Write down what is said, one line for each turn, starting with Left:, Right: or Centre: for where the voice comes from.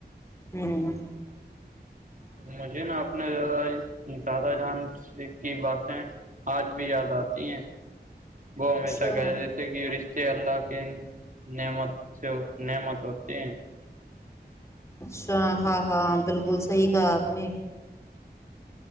Left: پینن
Right: مجھے نا اپنے زیادہ دادہ جان کی باتیں آج بھی یاد آتی ہیں وہ
Left: اچھا
Right: ہمیشہ کہہ دی تھے کہ ر کیرلا کی نعمت سے نعمت ہوتی ہیں
Left: اچھا ہاں ہاں بالکل صحیح کہا آپ نے